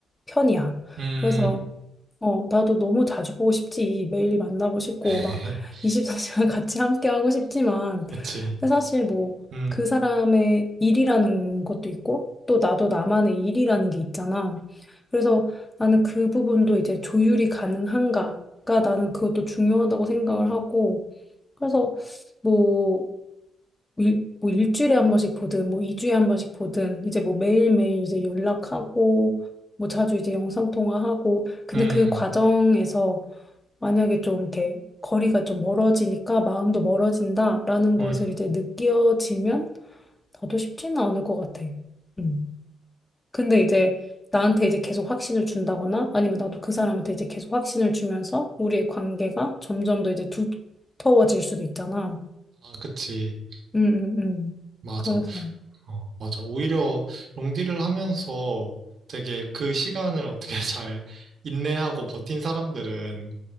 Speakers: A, on the left; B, on the right.
A: 편이야.
B: 음,
A: 그래서 어, 나도 너무 자주 보고 싶지. 매일 만나고 싶고,
B: <laughs>
A: 막 24시간 <laughs> 같이 함께 하고 싶지만,
B: 그치.
A: 근데 사실 뭐
B: 음,
A: 그 사람의 일이라는 것도 있고, 또 나도 나만의 일이라는 게 있잖아. 그래서 나는 그 부분도 이제 조율이 가능한가가 나는 그것도 중요하다고 생각을 하고, 그래서 뭐 일, 뭐 일주일에 한 번씩 보든 뭐 2주에 한 번씩 보든 이제 뭐 매일매일 이제 연락하고 뭐 자주 이제 영상통화하고 근데
B: 음,
A: 그 과정에서
B: 음.
A: 만약에 좀 이렇게 거리가 좀 멀어지니까 마음도 멀어진다라는 것을
B: 음.
A: 이제 느껴지면 나도 쉽지는 않을 것 같아. 음. 근데 이제 나한테 이제 계속 확신을 준다거나 아니면 나도 그 사람한테 이제 계속 확신을 주면서 우리의 관계가 점점 더 이제 두터워질 수도 있잖아.
B: 아, 그치.
A: 음, 음, 음.
B: 맞아.
A: 그래서.
B: 어, 맞아. 오히려 롱디를 하면서 되게 그 시간을 어떻게 <laughs> 잘 인내하고 버틴 사람들은